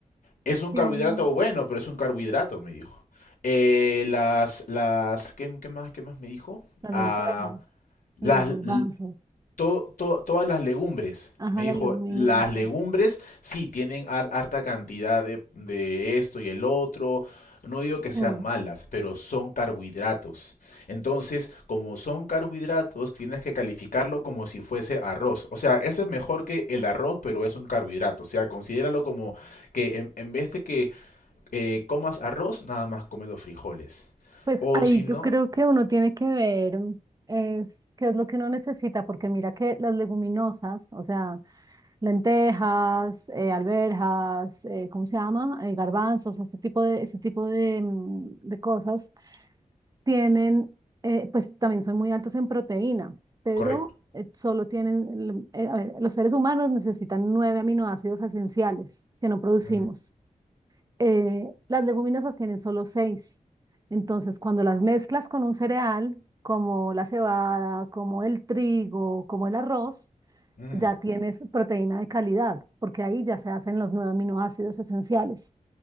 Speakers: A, on the left; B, on the right.
A: Es un
B: tienen
A: carbohidrato bueno, pero es un carbohidrato, me dijo. Eh, las, las, ¿qué, qué más, qué más me dijo?
B: las
A: Ah,
B: lentejas
A: las,
B: y los garbanzos.
A: l- to- to- todas las legumbres.
B: Ajá,
A: Me dijo,
B: las leguminosas.
A: las legumbres sí tienen har- harta cantidad de, de esto y el otro. No digo que sean
B: Mm.
A: malas, pero son carbohidratos. Entonces, como son carbohidratos, tienes que calificarlo como si fuese arroz. O sea, eso es mejor que el arroz, pero es un carbohidrato. O sea, considéralo como que en, en vez de que eh, comas arroz, nada más come los frijoles.
B: Pues
A: O
B: ahí
A: si no,
B: yo creo que uno tiene que ver es qué es lo que uno necesita, porque mira que las leguminosas, o sea, lentejas, eh, alberjas, eh, ¿cómo se llama? Eh, garbanzos, este tipo de, ese tipo de, mm, de cosas tienen, eh, pues también son muy altos en proteína, pero
A: correcto.
B: eh, solo tienen, eh, a ver, los seres humanos necesitan nueve aminoácidos esenciales que no producimos.
A: Ujú,
B: Eh, las leguminosas tienen solo seis. Entonces, cuando las mezclas con un cereal, como la cebada, como el trigo, como el arroz,
A: ujú.
B: ya tienes proteína de calidad, porque ahí ya se hacen los nueve aminoácidos esenciales.